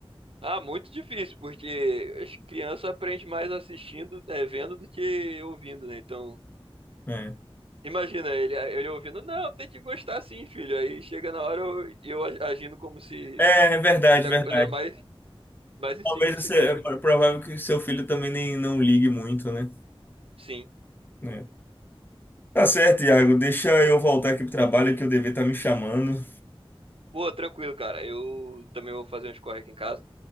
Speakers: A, on the right (about 70°); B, on the left (about 20°).
A: Ah, muito difícil, porque as crianças aprendem mais assistindo, é, vendo do que ouvindo, né? Então.
B: né.
A: Imagina ele, ele ouvindo, não, tem que gostar sim, filho. Aí chega na hora eu, eu a- agindo como se
B: É, é verdade,
A: é
B: verdade.
A: a coisa mais, mais insignificante
B: Talvez você, é
A: do
B: pro-
A: mundo.
B: provável que seu filho também nem não ligue muito, né?
A: Sim.
B: É. Tá certo, Iago, deixa eu voltar aqui pro trabalho que o dever tá me chamando.
A: Pô, tranquilo, cara. Eu também vou fazer uns corre aqui em casa.